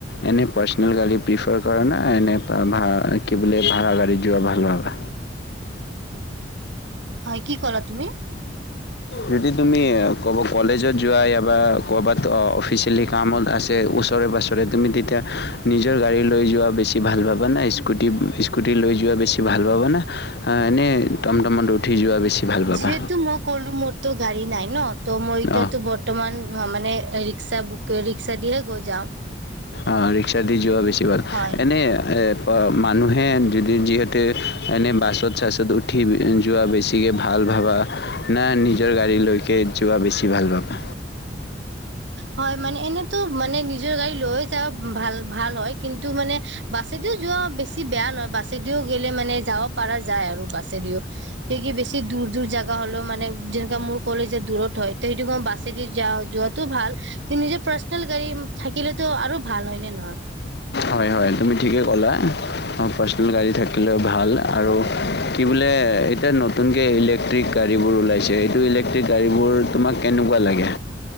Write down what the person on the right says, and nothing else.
হয় কি ক'লা তুমি?
যিহেতু মই ক'লো মোৰ তো গাড়ী নাই ন ত মই এতিয়াতো
বৰ্তমান মানে ৰিক্সা বুক ৰিক্সা দিয়ে গৈ যাওঁ।
হয়
হয় মানে এনেতো মানে নিজৰ গাড়ী লৈ যোৱা ভাল ভাল হয় কিন্তু মানে বাছেদিও যোৱা বেছি বেয়া নহয় বাছেদিও গেলে মানে যাব পৰাাৰা যায় আৰু বাছেদিও সেই কি বেছি দূৰ দূৰ জাগা হলেও মানে যেনেকা মোৰ কলেজ দূৰত হয় সেইটো মই বা চে দি যা যোৱাাতটো ভাল কিন্তু নিজৰ পাৰ্চনেল গাড়ী থাকিলেতো আৰু ভাল হয়নে নহয় <unintelligible>